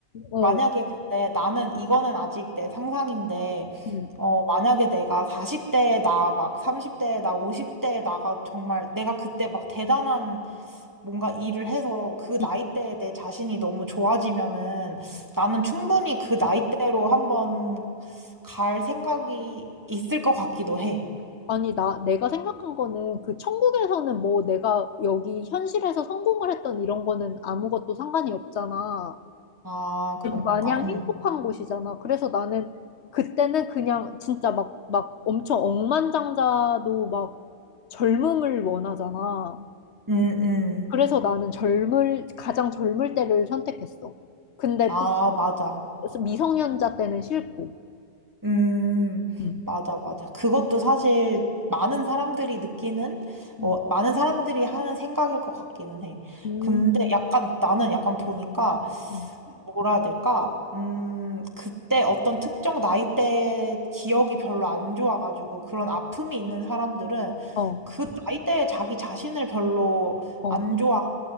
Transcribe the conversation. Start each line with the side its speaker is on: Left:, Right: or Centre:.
Left: 어,
Right: 만약에 근데 나는 이거는 아직 내 상상인데
Left: 음.
Right: 어 만약에 내가 40대에 나 막 30대에 나 50대에 나가 정말 내가 그때 막 대단한 뭔가 일을 해서 그 나이대에
Left: 음.
Right: 내 자신이 너무 좋아지면은
Left: 음.
Right: 나는 충분히 그 나이대로 한번 갈 생각이 있을 것 같기도 해.
Left: 아니, 나, 내가 생각한 거는 그 천국에서는 뭐 내가 여기 현실에서 성공을 했던 이런 거는 아무것도 상관이 없잖아.
Right: 아, 그런가?
Left: 마냥
Right: 응,
Left: 행복한 곳이잖아. 그래서 나는 그때는 그냥 진짜 막, 막 엄청 억만장자도 막 젊음을 원하잖아.
Right: 응, 응.
Left: 그래서 나는 젊을, 가장 젊을 때를 선택했어. 근데
Right: 아,
Left: 또
Right: 맞아.
Left: 미성년자 때는 싫고.
Right: 음,
Left: 음.
Right: 맞아, 맞아. 그것도 사실 많은 사람들이 느끼는,
Left: 음.
Right: 어, 많은 사람들이 하는 생각일 것 같기는 해.
Left: 음.
Right: 근데 약간 나는 약간 보니까,
Left: 음.
Right: 뭐라 해야 될까? 음, 그때 어떤 특정 나이대 기억이 별로 안 좋아가지고 그런 아픔이 있는 사람들은
Left: 어,
Right: 그 나이대에 자기 자신을 별로
Left: 어.
Right: 안 좋아.